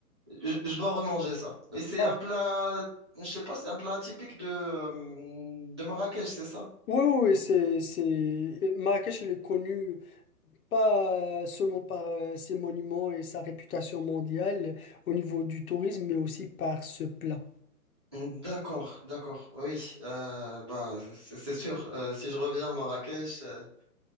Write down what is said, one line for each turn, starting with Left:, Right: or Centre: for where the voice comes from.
Right: je, je dois remanger ça. Et c'est
Left: Ah,
Right: un plat, je sais pas, c'est un plat typique de, euh, de Marrakech, c'est ça?
Left: oui, oui, oui, c'est, c'est... Marrakech, elle est connue pas seulement par euh, ses monuments et sa réputation mondiale au niveau du tourisme, mais aussi par ce plat.
Right: D'accord, d'accord. Oui, euh, bah, c'est c'est sûr. Euh, si je reviens à Marrakech, euh,